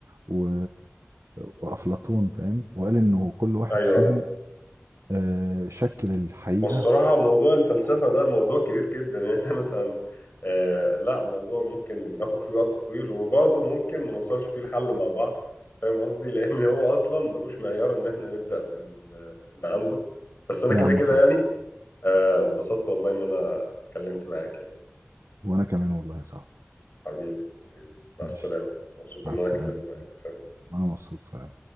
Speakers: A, on the right (about 80°); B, on the left (about 45°).
A: و... وأفلاطون فاهم وقال إنه كل واحد
B: أيوه
A: فيهم
B: أيوه
A: آه، شكل الحقيقة
B: والصراحة موضوع الفلسفة ده موضوع كبير جدا يعني <laughs> إحنا مثلا آه لا موضوع ممكن ناخد فيه وقت طويل وبرضه ممكن ما نوصلش فيه الحل مع بعض فاهم قصدي؟ لأن هو أصلا ملوش معيار إن إحنا نبدأ من آه من عنده بس أنا
A: يا
B: كده
A: عم
B: كده
A: خلص
B: يعني آه، اتبسطت والله إن أنا اتكلمت معاك يعني
A: وأنا كمان والله يا صاحبي
B: حبيبي حبيبي مع
A: ماشي
B: السلامة مبسوط
A: مع
B: إن
A: السلامة
B: أنا اتكلمت
A: يا زميلي.
B: معاك سلام.
A: وأنا مبسوط سلام